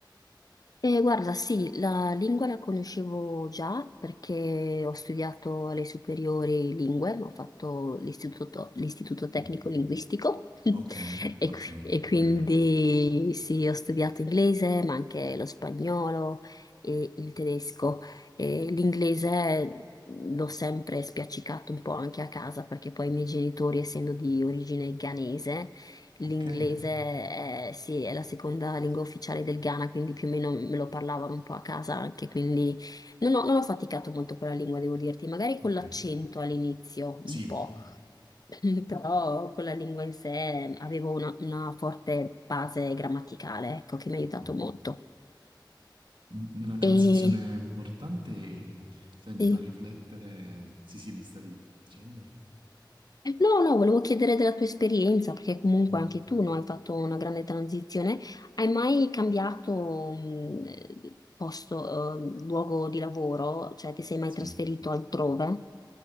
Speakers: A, on the left; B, on the right.
A: Eh, guarda, sì, la lingua la conoscevo già perché ho studiato alle superiori lingue, ho fatto l'istituto l'istituto tecnico
B: Mhm.
A: linguistico <laughs>
B: Ok,
A: e,
B: ok,
A: qui- e quindi
B: bello.
A: sì, ho studiato inglese, ma anche lo spagnolo e il tedesco. E l'inglese l'ho sempre spiaccicato un po' anche a casa perché poi i miei genitori, essendo di origine ghanese,
B: Ok,
A: L'inglese è, sì, è la seconda lingua ufficiale del Ghana, quindi più o meno me lo parlavano un po' a casa anche, quindi non ho, non ho faticato molto con la lingua, devo dirti, magari
B: ok.
A: con l'accento all'inizio
B: Sì,
A: un po', <laughs> però con la lingua in sé avevo una, una forte base grammaticale, ecco, che mi ha aiutato
B: sì.
A: molto.
B: una transizione
A: E
B: importante e, sai, mi
A: sì.
B: fa riflettere. Sì, sì, mi stavi dic- dicendo, sì, sì.
A: No, no, volevo chiedere della tua esperienza, perché comunque
B: Mm.
A: anche tu, no, hai fatto una grande transizione. Hai mai cambiato mh, eh, posto, eh, luogo di lavoro? Cioè, ti sei mai
B: Sì.
A: trasferito altrove?